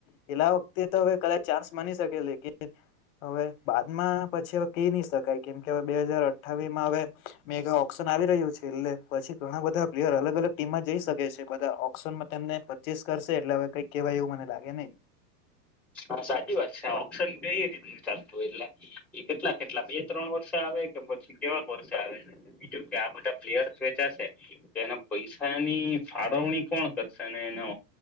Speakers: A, on the left (about 55°); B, in the centre.
A: પેલા વખતે તો હવે કદાચ ચાન્સ માની શકે છે. હવે બાદમાં પછી હવે કહી નહી શકાય કેમ કે હવે બે હાજર અઠાવી માં હવે મેગા ઓપ્શન આવી રહ્યું છે એટલે પછી ઘણા બધા પ્લેયર અલગ અલગ ટીમમાં જઈ શકે છે. બધા ઓપશનમાંને પરચેસ કરશે એટલે હવે કઈ કેવાય એવું મને લાગે નહી.
B: હા સાચી વાત છે ઓપ્શન કરીયુ ચાલતું હોય એટલે. કેટલા કેટલા બે ત્રણ વર્ષે આવે કે પછી કેવાક વર્ષે આવે બીજું કે આ બધા પ્લેયર્સ વેચાશે. એના પૈસાની ફાળવણી કોણ કરશે અને એનો